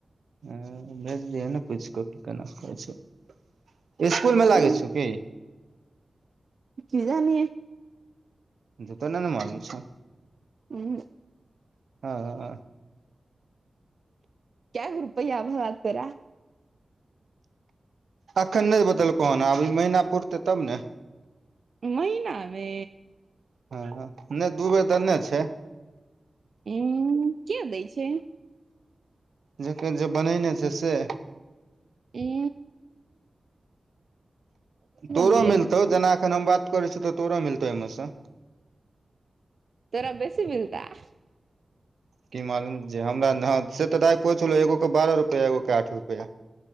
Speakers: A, on the right; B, on the right.
A: ह भेजदियो नऽ कुछ क केना कहै स्कुल मऽ लागै
B: हूं
A: छ की
B: की <unintelligible>
A: <unintelligible> नहि नऽ मालूम छै
B: उ हूँ
A: हँ
B: केयगे रुपया भेला तोड़ा
A: अखन नहि बतेलको हन अब ई महिना पूुरते तब ने
B: महिना मे
A: हँ नहि दू बेर देने छै
B: उ कए दै छै
A: जेकर जे बनेने छै से
B: ई
A: तोरो
B: मिलैत
A: मिलतौ
B: हेतै
A: जेना एखन हम बात करै छि तऽ तोरो मिलतौ ओहिमे सऽ
B: तोरा बेसी बिलताऽ
A: की मालूम जे हमरा से तऽ दाई कहै छलौ एगो के बारह रुपआ एगो कऽ आठ रुपआ